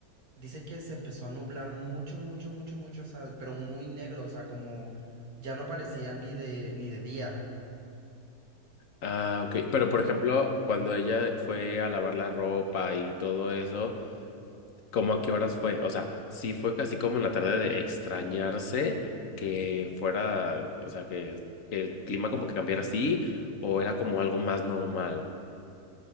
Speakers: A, on the right; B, on the left.
A: Dice que se empezó a nublar mucho, mucho, mucho, mucho, o sea, pero muy negro, o sea, como ya no parecía ni de, ni de día.
B: Ah, ok. Pero, por ejemplo, cuando ella fue a lavar la ropa y todo eso, ¿Cómo a qué horas fue? O sea, sí fue casi como en la tarde de extrañarse que fuera, o sea, que, que el clima como que cambiara así o era como algo más normal.